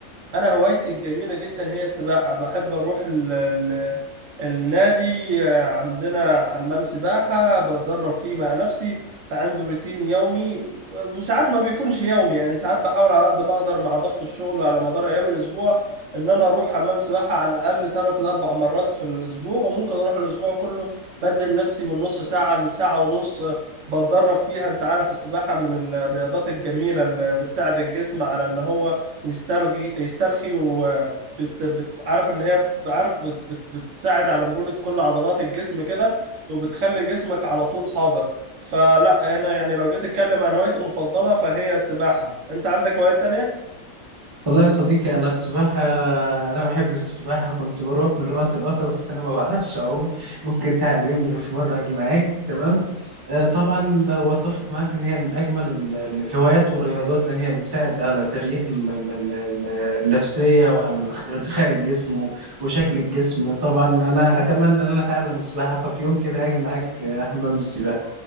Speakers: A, on the right (about 70°); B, on the right (about 25°).
A: انا هوايتي الجميله جدا هي السباحه بحب اروح ال ال النادي آه، عندنا حمام سباحه بتدرب فيه مع نفسي فعندي روتين يومي و- وساعات ما بيكونش يومي يعني ساعات بحاول على قد ما اقدر مع ضغط الشغل على مدار ايام الاسبوع ان انا اروح حمام سباحه على الاقل ثلاث لاربع مرات في الاسبوع وممكن اروح الاسبوع كله بدل نفسي من نص ساعه لساعه ونص آه، بتدرب فيها انت عارف السباحه من الرياضات الجميله اللي بتساعد الجسم على ان هو يسترخي يسترخي و بت... بتعرف ان هي بعرف بت... بت... بتساعد على مرونة كل عضلات الجسم كده وبتخلي جسمك على طول حاضر فلا انا يعني لو جيت اتكلم عن هوايتي المفضلة فهي السباحة انت عندك هوايات تانية؟
B: والله يا صديقي أنا السباحة أنا بحب السباحة كنت بروح من وقت لآخر بس أنا ما بعرفش أعوم ممكن تعلمني في مرة أجي معاك تمام آه، طبعا واتفق معاك ان هي من اجمل ال- ال- الهوايات والرياضات لان هي بتساعد على تريح ال- ال- ال- ال- النفسيه وعلى اخت- ارتخاء الجسم و- وشكل الجسم طبعا انا اتمنى ان انا اتعلم السباحه ففي يوم كده هاجي معاك آه، حمام السباحه